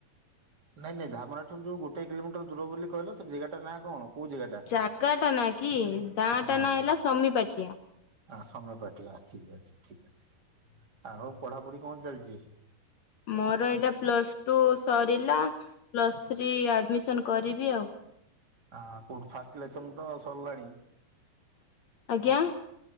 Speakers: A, on the right; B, on the left.
A: ନାଇଁ ନାଇ ଧାମରାଠୁ ଯୋଉ ଗୋଟେ କିଲୋମିଟର ଦୂର ବୋଲି କହିଲ ସେ ଜେଗା ନା କଣ। କୋଉ ଜାଗାଟା?
B: ଜାଗା ଟା ନା କି ଗାଁ
A: ହଁ
B: ଟା ନା ହେଲା ସମିପାଟିଆ।
A: ହଁ ସମିପାଟିଆ ଠିକ ଅଛି ଠିକ ଅଛି ଆଉ ପଢାପଢି କଣ ଚାଲିଛି।
B: ମୋର ଏଇଟା ପ୍ଲସ୍ ଟୁ ସରିଲା ପ୍ଲସ୍ ଥ୍ରୀ ଆଡମିସନ କରିବି ଆଉ।
A: ଆ କୋଉଠୁ ଫାଷ୍ଟ ସିଲେକସନ୍ ତ ସରିଲାଣି।
B: ଆଜ୍ଞା।